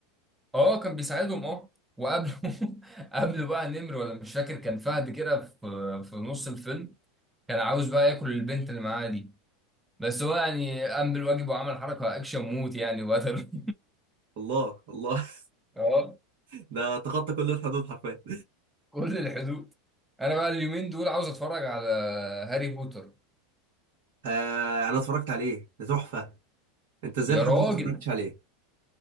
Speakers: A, in the centre; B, on the right.
A: اه كان بيساعدهم اه وقبل <laughs> قبل بقى نمر ولا مش فاكر كان فهد كده في في نص الفيلم كان عاوز بقى ياكل البنت اللي معاه دي بس هو يعني قام بالواجب وعمل حركه اكشن موت يعني وقتل
B: الله الله
A: <laughs>
B: <laughs> ده تخطى كل الحدود حرفيا
A: كل الحدود انا بقى اليومين دول عاوز اتفرج على هاري بوتر
B: آه انا اتفرجت عليه ده تحفة انت ازاي
A: يا
B: لحد
A: راجل
B: دلوقتي ما اتفرجتش عليه